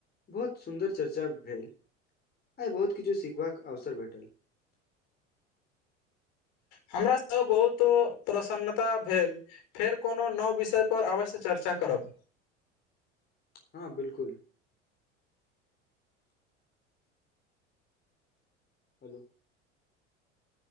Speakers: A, on the left (about 25°); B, on the left (about 50°).
A: बहुत सुन्दर चर्चा भेल आइ बहुत किछु सीखबाक अवसर भेटल
B: हमरा त बहुत प्रसन्नता भेल फेर कोनो नव विषय पर अवश्य चर्चा करब
A: हँ बिलकुल हेलो